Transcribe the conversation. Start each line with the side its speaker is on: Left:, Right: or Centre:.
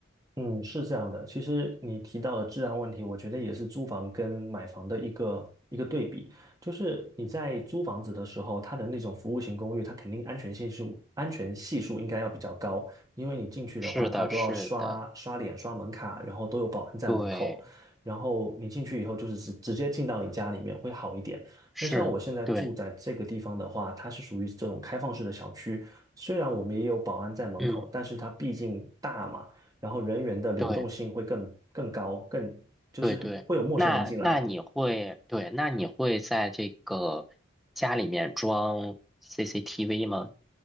Right: 嗯，是这样的。其实你提到的治安问题，我觉得也是租房跟买房的一个一个对比。就是你在租房子的时候，它的那种服务型公寓，它肯定安全系数安全系数应该要比较高，因为你进去的话，
Centre: 是的，
Right: 它都要刷刷脸、
Centre: 是的，
Right: 刷门卡，然后都有保安在门口，
Centre: 对，
Right: 然后你进去以后就是直直接进到你家里面会好一点。
Centre: 是，
Right: 那像我现在住在这个地方的话，
Centre: 对，
Right: 它是属于这种开放式的小区，虽然我们也有保安在门口，
Centre: 嗯，
Right: 但是它毕竟大嘛。然后人员的流动性会更更高，
Centre: 对，
Right: 更就是会有陌生人进来。
Centre: 对对。那那你会，对，那你会在这个家里面装 CCTV 吗？